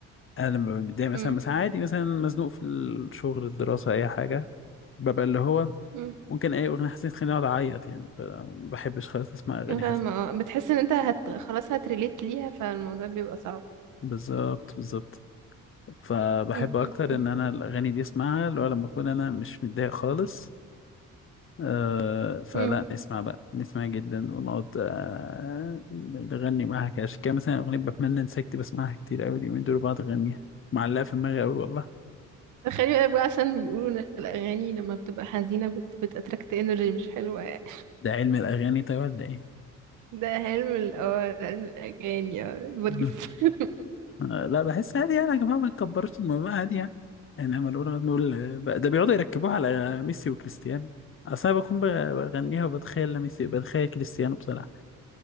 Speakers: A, on the left; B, on the right.
A: انا لما ببقى متضايق مثلا
B: امم
A: مثلا عادي مثلا مزنوق في الشغل الدراسه اي حاجه ببقى اللي هو
B: امم
A: ممكن اي اغنيه حزينه تخليني اقعد اعيط يعني فما بحبش خالص اسمع اغاني
B: أنا فاهمة
A: حزينه
B: اه بتحس ان انت هت... خلاص هتريليت ليها فالموضوع بيبقى صعب
A: بالظبط بالظبط فبحب
B: امم
A: اكتر ان انا الاغاني دي اسمعها اللي هو لما اكون انا مش متضايق خالص آه فلا
B: امم
A: نسمع بقى نسمع جدا ونقعد آه نغني معاها كده عشان كده مثلا أغنية بتمنى انساك دي بسمعها كتير أوي اليومين دول بقعد أغنيها معلقة في دماغي أوي والله
B: تخيلي بقى بقى عشان بيقولوا ان الاغاني لما بتبقى حزينة بت... بتأتراكت انرجي مش حلوة يعني.
A: ده علم الأغاني طيب ولا إيه؟
B: ده علم ال اه علم الاغاني اه ظريف
A: <laughs> مم.
B: <laughs>
A: آه لا بحس عادي يعني يا جماعة ما تكبرش الموضوع عادي يعني يعني لما نقول نقول بقى- ده بيقعدوا يركبوها على ميسي وكريستيانو أصل أنا بكون بغ- بغنيها وبتخيل ميسي بتخيل كريستيانو بصراحة